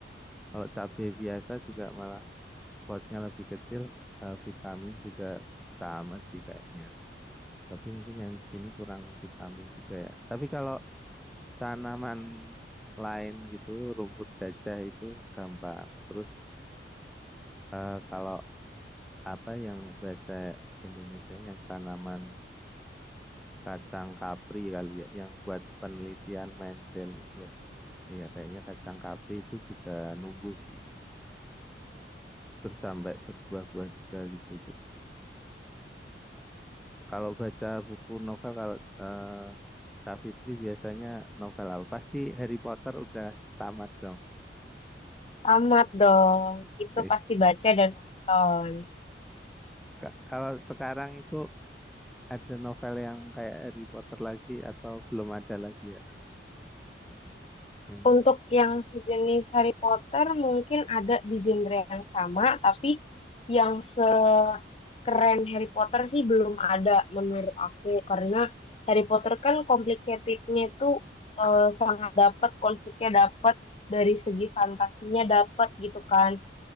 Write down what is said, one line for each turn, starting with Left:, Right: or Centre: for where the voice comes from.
Centre: Kalau cabai biasa juga malah potnya lebih kecil, eh, vitamin juga sama sih kayaknya. Tapi mungkin yang di sini kurang vitamin juga ya. Tapi kalau tanaman lain gitu, rumput gajah itu gampang. Terus eh, kalau apa yang bahasa Indonesia yang tanaman Kacang kapri kali ya, yang buat penelitian Mendel itu loh. Iya, kayaknya kacang kapri itu juga numbuh sih. Terus sampai berbuah-buah juga gitu. Terus kalau baca buku novel kalau eh, Kak Fitri biasanya novel apa? Pasti Harry Potter udah tamat dong.
Left: tamat dong. Itu
Centre: Iya. iya.
Left: pasti baca dan nonton.
Centre: Ka- kalau sekarang itu ada novel yang kayak Harry Potter lagi atau belum ada lagi ya? Yang-
Left: Untuk yang sejenis Harry Potter mungkin ada di genre yang sama, tapi yang sekeren Harry Potter sih belum ada menurut aku. Karena Harry Potter kan complicatednya itu eh, sangat dapat, konfliknya dapat, dari segi fantasinya dapat gitu kan.